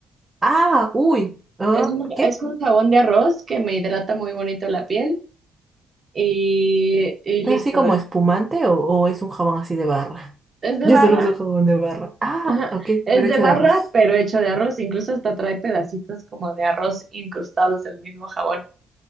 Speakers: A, on the right (about 20°); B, on the right (about 40°).
A: Ah, uy. Ah,
B: es un,
A: ¿qué?
B: es un jabón de arroz que me hidrata muy bonito la piel y, y listo,
A: ¿Es así como
B: es,
A: espumante o, o es un jabón así de barra?
B: es
A: <laughs>
B: de
A: Yo
B: barra,
A: solo uso jabón de barra. Ah,
B: ajá,
A: ok,
B: es
A: pero
B: de
A: hecho
B: barra
A: de arroz.
B: pero hecho de arroz, incluso hasta trae pedacitos como de arroz incrustados el mismo jabón.